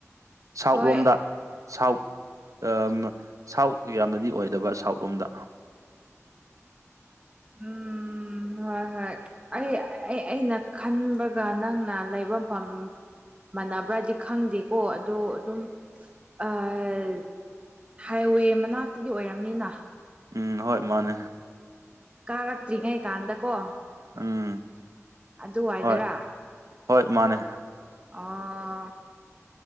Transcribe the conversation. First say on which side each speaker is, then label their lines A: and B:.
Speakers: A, on the right; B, on the right.
A: ꯁꯥꯎꯠ
B: ꯍꯣꯏ
A: ꯂꯣꯝꯗ ꯁꯥꯎꯠ ꯑꯥ ꯁꯥꯎꯠ ꯌꯥꯝꯅꯗꯤ ꯑꯣꯏꯗꯕ ꯁꯥꯎꯠ ꯔꯣꯝꯗ
B: ꯎꯝ ꯎꯝ ꯍꯣꯏ ꯍꯣꯏ ꯑꯩ ꯑꯩꯅ ꯈꯟꯕꯒ ꯅꯪꯅ ꯂꯩ ꯃꯐꯝ ꯃꯥꯟꯅꯕ꯭ꯔꯗꯤ ꯈꯪꯗꯦꯀꯣ ꯑꯗꯣ ꯑꯗꯨꯝ ꯑꯥ ꯍꯥꯏꯋꯦ ꯃꯅꯥꯛꯇꯗꯤ ꯑꯣꯏꯔꯝꯅꯤꯅ
A: ꯎꯝ ꯍꯣꯏ ꯃꯥꯅꯦ
B: ꯀꯥꯔꯛꯇ꯭ꯔꯤꯉꯩ ꯀꯥꯟꯗꯀꯣ
A: ꯎꯝ
B: ꯑꯗꯨꯋꯥꯏꯗꯔꯥ
A: ꯍꯣꯏ ꯍꯣꯏ ꯃꯥꯅꯦ
B: ꯑꯣ